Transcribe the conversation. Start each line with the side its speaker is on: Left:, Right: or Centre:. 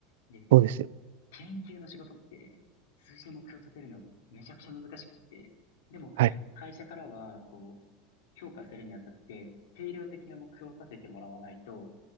Left: で、
Right: そうですよ。
Left: 研究の仕事って数字で目標を立てるのめちゃくちゃ難しくって、でも会社からは、
Right: はい。
Left: こう、評価するにあたって、定量的な目標を立ててもらわないと、